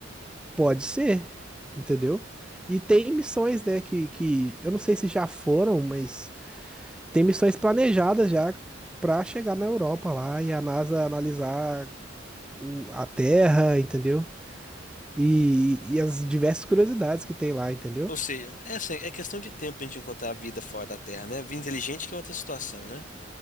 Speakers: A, in the centre; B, on the left.
A: pode ser, entendeu? E tem missões, né, que, que eu não sei se já foram, mas tem missões planejadas já pra chegar na Europa lá e a NASA analisar o- a Terra, entendeu? e, e as diversas curiosidades que tem lá, entendeu?
B: Ou seja, é, assim, é questão de tempo pra gente encontrar a vida fora da Terra, né? Vida inteligente que é outra situação, né?